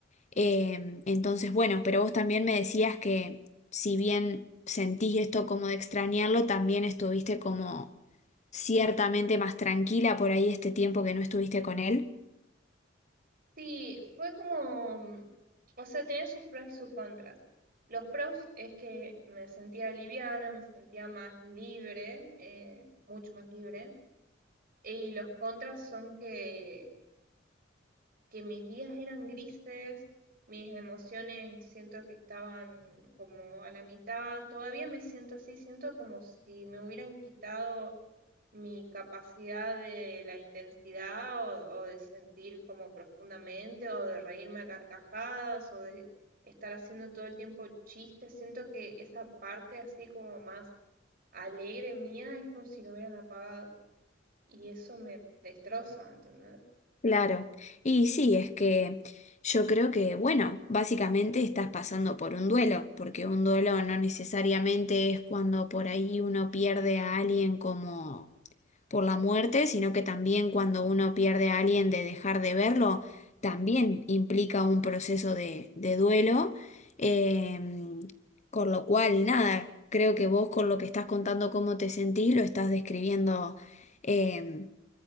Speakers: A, on the left; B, on the right.
A: Eh, entonces, bueno, pero vos también me decías que si bien sentís esto como de extrañarlo, también estuviste como ciertamente más tranquila por ahí este tiempo que no estuviste con él.
B: sí, fue como, mm, o sea, tenía sus pros y sus contras. Los pros es que me sentía liviana, me sentía más libre, eh, mucho más libre. Y los contras son que que mis días eran grises, mis emociones siento que estaban como a la mitad, todavía me siento así, siento como si me hubieran quitado mi capacidad de la intensidad o, o de sentir como profundamente o de reírme a carcajadas o de estar haciendo todo el tiempo chistes, siento que esa parte así como más alegre mía es como si lo hubieran apagado y eso me destroza, ¿entendés?
A: Claro, y sí, es que yo creo que, bueno, básicamente estás pasando por un duelo, porque un duelo no necesariamente es cuando por ahí uno pierde a alguien como por la muerte, sino que también cuando uno pierde a alguien de dejar de verlo, también implica un proceso de, de duelo, em, con lo cual, nada, creo que vos con lo que estás contando cómo te sentís, lo estás describiendo. em,